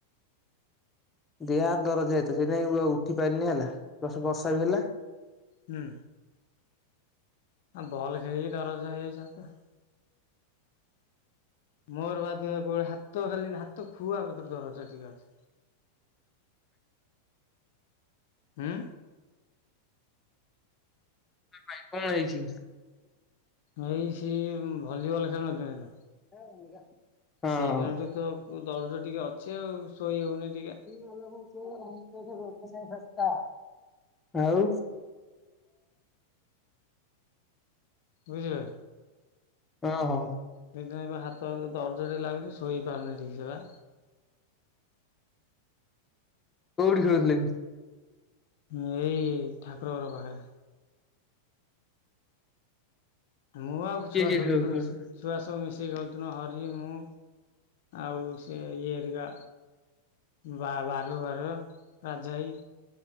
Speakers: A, on the left; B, on the left.
A: ଦେହ ହାତ ଦରଜ ହେଇଆଥିବ ସେଥିପାଇଁ ଉଠି ପାରିନି ହେଲା ପ୍ଲସ ବର୍ଷା ବି ହେଲା।
B: ହୁଁ। ଆ ବଲ୍ ଖେଳିକି ଦରଜ ହେଇ ଯାଇଛି ହାତ। ମୋର ବା ଦେହ କୁହ ହାତ ଖାଲି ହାତ ଖୁଆ ବର ଦରଜ ଟିକେ ଅଛି। ହୁଁ।
A: <unintelligible> ପଳେଇଛି।
B: ଏଇ ସେଇ ଭଲିବଲ ଖେଳୁ ନଥିଲେ ନା
A: ହଁ। ଆଉ
B: ସେଇ ଦିନଠୁ ତ ଓ ଦରଜ ଟିକେ ଅଛି ଆଉ ଶୋଇ ହେଉନି ଟିକେ।
A: <unintelligible> ଆଉ
B: ବୁଝି <unintelligible>
A: ଓହ!
B: ସେଇଥି ପାଇଁ ବା ହାତ ଦରଜରେ ଲାଗୁଛି ଶୋଇପାରୁନି ଠିକ୍ ସେ ବା।
A: କୋଉଠି ଖେଳୁଥିଲେ କି?
B: ଏଇ ଠାକୁର ଘର ପାଖରେ। ମୁଁ ଆଉ
A: କି
B: ଛୁଆ
A: କିଏ
B: ଖେଳୁଥିଲି
A: କିଏ ଖେଳୁ ଖେଳୁଥିଲେ?
B: ମିଶି ଛୁଆ ସବୁ ମିଶିକି ଖେଳୁଥିଲୁ ହରି ମୁଁ ଆଉ ସେ ଇଏ ହେରିକା ବା ବାରୁ ବାରୁ ରାଜା ହାଇ